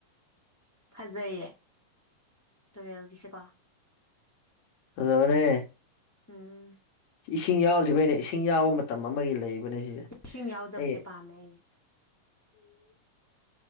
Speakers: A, on the left; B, on the left.
A: ꯐꯖꯩꯌꯦ ꯇꯨꯔꯦꯜꯒꯤꯁꯦꯀꯣ
B: ꯑꯗꯕꯅꯦ
A: ꯎꯝ
B: ꯏꯁꯤꯡ ꯌꯥꯎꯗ꯭ꯔꯤꯕꯩꯅ ꯏꯁꯤꯡ ꯌꯥꯕ ꯃꯇꯝ ꯑꯃꯒꯤ ꯂꯩꯕꯅꯦ ꯁꯤꯁꯦ
A: ꯏꯁꯤꯡ ꯌꯥꯎꯗꯕꯁꯦ
B: ꯑꯩ
A: ꯄꯥꯝꯃꯦ ꯑꯩꯗꯤ